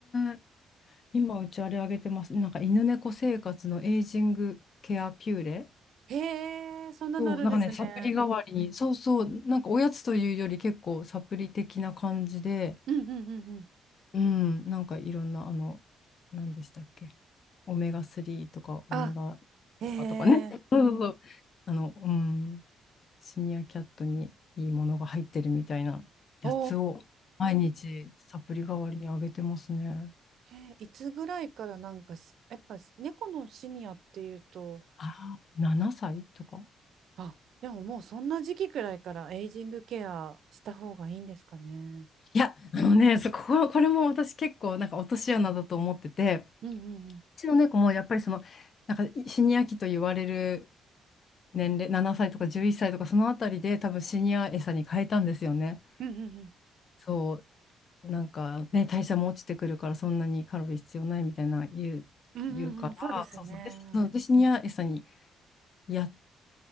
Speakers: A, on the left; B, on the right.
A: ね今うちあれあげてます。なんか犬猫生活のエイジングケアピューレ。
B: へえ、そんなのあるんですね。
A: そう、なんかね、サプリ代わりに、そうそう、なんかおやつというより結構サプリ的な感じで、
B: うんうんうんうん。
A: うん、なんかいろんな、あの、何でしたっけ、オメガ3とかオメガ
B: あ、へえ、
A: とかね、<laughs> そうそうそう、あの、うん、シニアキャットにいいものが入ってるみたいなやつを毎日サプリ代わりにあげてますね。
B: おお。えーいつぐらいからなんかし、やっぱ猫のシニアっていうと、
A: あら、7歳とか。
B: あ、でももうそんな時期くらいからエイジングケアした方がいいんですかね。
A: いや、あのね、そこ、これも私結構なんか落とし穴だと思ってて、
B: うんうんうん。
A: うちの猫もやっぱりその、なんかシニア期と言われる年齢、7歳とか11歳とかそのあたりで多分シニア餌に変えたんですよね。
B: うんうんうん。
A: そう、なんかね、代謝も落ちてくるからそんなにカロリー必要ないみたいな言う、
B: うんうんうん。
A: 言うから、
B: そうですよね。
A: そうそう、で、そうでシニア餌にやっ